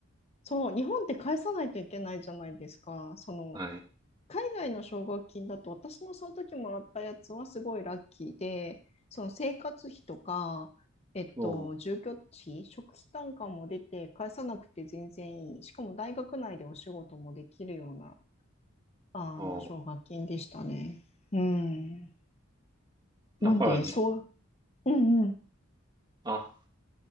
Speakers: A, on the left; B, on the right.
A: そう、日本って返さないといけないじゃないですか。その、
B: はい。
A: 海外の奨学金だと私のその時もらったやつはすごいラッキーで、その生活費とか、えっと、
B: そ
A: 住居費、食費単価も出て返さなくて全然いい。しかも大学内でお仕事もできるような、あの、
B: う。あー
A: 奨学金でしたね。うん。
B: だからじ、
A: なんで、そう、うんうん。
B: あ、